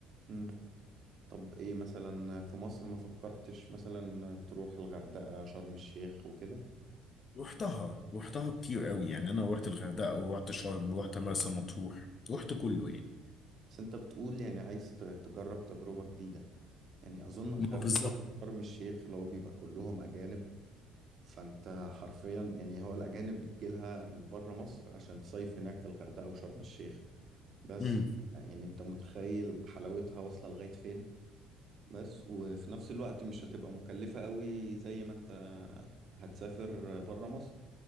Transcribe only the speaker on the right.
مم. طب ايه مثلا في مصر ما فكرتش مثلا تروح الغردقة شرم الشيخ وكده
بس انت بتقول يعني عايز ت- تجرب تجربة جديدة يعني اظن الغردقة
وشرم الشيخ لو بيبقى كلهم اجانب فانت حرفيا يعني هو الاجانب بتجيلها من بره مصر عشان تصيف هناك في الغردقة وشرم الشيخ بس
يعني انت متخيل حلاوتها واصلة لغاية فين بس وفي نفس الوقت مش هتبقى مكلفة قوي زي ما انت هتسافر برا مصر